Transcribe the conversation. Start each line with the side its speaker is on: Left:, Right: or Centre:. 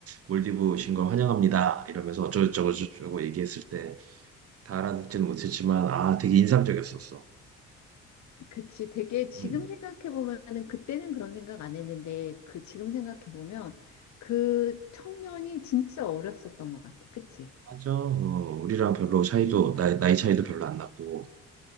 Right: 몰디브 오신 걸 환영합니다 이러면서 어쩌고저쩌고 저쩌고 얘기했을 때 다 알아듣지는 못했지만 아 되게 인상적이었었어.
Left: 그치 되게 지금
Right: 음,
Left: 생각해 보면은 그때는 그런 생각 안 했는데 그 지금 생각해 보면 그 청년이 진짜 어렸었던 것 같아 그치?
Right: 맞아. 어, 우리랑 별로 차이도, 나이, 나이 차이도
Left: 어
Right: 별로 안 났고,